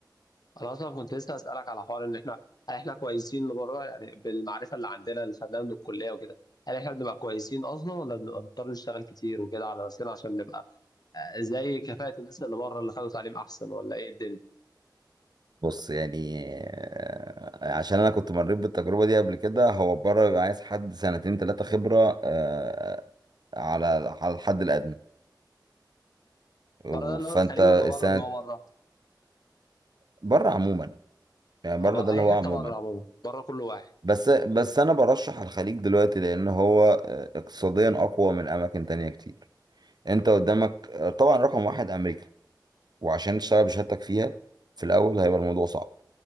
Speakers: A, on the left; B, on the right.
A: انا اصلا كنت لسه اسالك على حوار ان احنا هل احنا كويسين لبره يعني بالمعرفه اللي عندنا اللي خدناها من الكليه وكده هل احنا بنبقى كويسين اصلا ولا بنبقى نضطر نشتغل كتير وكده على نفسنا عشان نبقى آه، زي كفاءه الناس اللي بره اللي خدوا تعليم احسن ولا ايه الدنيا
B: بص يعني آه، عشان انا كنت مريت بالتجربه دي قبل كده هو بره بيبقى عايز حد سنتين ثلاثه خبره آه، على على الحد الادنى و-
A: بره ده اللي
B: فانت
A: هو الخليج
B: السنه
A: ولا بره اللي هو بره؟
B: بره عموما يعني بره
A: بره
B: ده اللي
A: اي
B: هو
A: حته
B: عموما
A: بره عموما بره كل واحد
B: بس بس انا برشح الخليج دلوقتي لان هو آه، اقتصاديا اقوى من اماكن تانية كتير انت قدامك آه، طبعا رقم واحد امريكا وعشان تشتغل بشهادتك فيها في الاول هيبقى الموضوع صعب